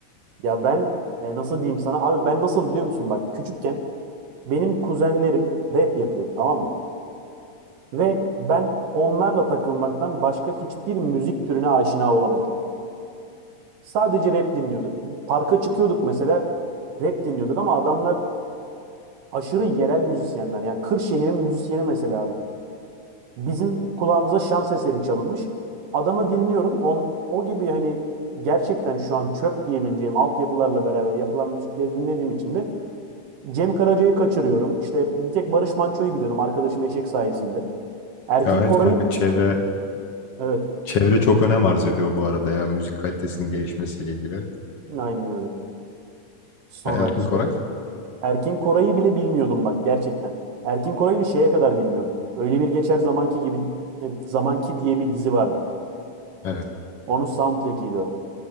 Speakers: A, on the right; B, on the left.
A: Ya ben e, nasıl diyeyim sana? Abi ben nasıl biliyor musun? Bak küçükken benim kuzenlerim rap yapıyordu tamam mı? Ve ben onlarla takılmaktan başka hiçbir müzik türüne aşina olamadım. Sadece rap dinliyorduk. Parka çıkıyorduk mesela rap dinliyorduk ama adamlar aşırı yerel müzisyenler. Yani Kırşehir'in müzisyeni mesela adam. Bizim kulağımıza şans eseri çalınmış. Adamı dinliyorum. On, o gibi hani gerçekten şu an çöp diyebileceğim altyapılarla beraber yapılan müzikleri dinlediğim için de Cem Karaca'yı kaçırıyorum. İşte bir tek Barış Manço'yu biliyordum arkadaşım Eşek sayesinde. Erkin
B: Ya evet
A: Koray'ın
B: kanka çevre
A: evet
B: çevre çok önem arz ediyor bu arada ya müzik kalitesinin gelişmesiyle ilgili.
A: aynen öyle. Sonra
B: Erkin
A: işte
B: Koray.
A: Erkin Koray'ı bile bilmiyordum bak gerçekten. Erkin Koray'ı şeye kadar bilmiyordum. Öyle bir geçer zamanki gibi e, zamanki diye bir dizi vardı.
B: Evet.
A: Onun soundtrack'iydi o.